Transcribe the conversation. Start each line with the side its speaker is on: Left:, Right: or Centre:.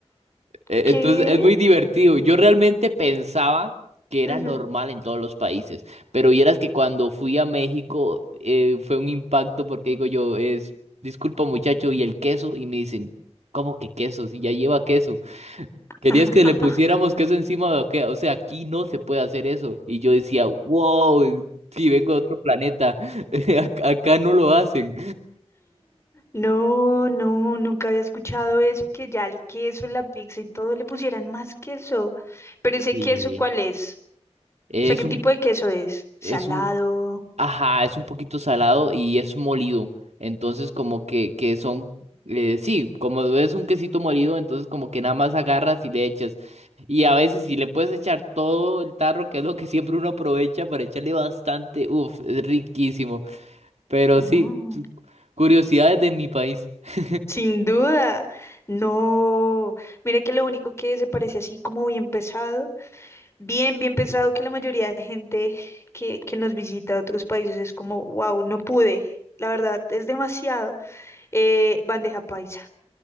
Right: E-
Left: ¿Qué?
Right: Entonces es muy divertido. Yo realmente pensaba que era
Left: Ujú.
Right: normal en todos los países, pero vieras que cuando fui a México eh, fue un impacto porque digo yo, es, disculpa muchacho, ¿y el queso? Y me dicen, ¿cómo que queso? Si ya lleva queso.
Left: <laughs>
Right: ¿Querías que le pusiéramos queso encima de o qué? O sea, aquí no se puede hacer eso. Y yo decía, wow, si vengo de otro planeta, <laughs> Ac- acá no lo hacen.
Left: No, no, nunca había escuchado eso, que ya el queso, la pizza y todo le pusieran más queso. Pero ese
Right: Sí
Left: queso, ¿cuál es?
Right: es
Left: O sea, ¿qué tipo
Right: un,
Left: de queso es?
Right: es
Left: Salado.
Right: un Ajá, es un poquito salado y es molido. Entonces, como que, que son, eh, sí, como es un quesito molido, entonces como que nada más agarras y le echas. Y a veces si le puedes echar todo el tarro, que es lo que siempre uno aprovecha para echarle bastante, uff, es riquísimo. Pero
Left: No.
Right: sí, cu- curiosidades de mi país. <laughs>
Left: Sin duda, no. Mira que lo único que se parece así como bien pesado, bien, bien pesado que la mayoría de gente que, que nos visita de otros países es como, wow, no pude. La verdad, es demasiado. Eh, bandeja paisa.